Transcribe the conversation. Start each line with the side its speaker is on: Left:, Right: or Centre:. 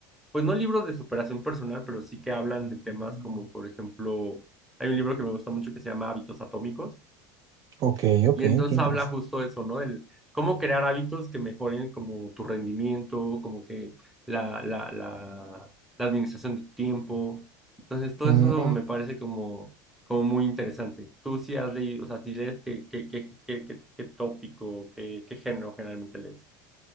Centre: pues no libros de superación personal, pero sí que hablan de temas como, por ejemplo, hay un libro que me gusta mucho que se llama Hábitos Atómicos,
Right: Ok, ok,
Centre: y entonces
Right: qué interesante.
Centre: habla justo de eso, ¿no? Del cómo crear hábitos que mejoren como tu rendimiento, como que la, la, la, la administración de tu tiempo. Entonces, todo
Right: Mm,
Centre: eso me parece como, como muy interesante. Tú sí has leído, o sea, si lees, ¿qué, qué, qué, qué, qué, qué tópico, qué, qué género generalmente lees?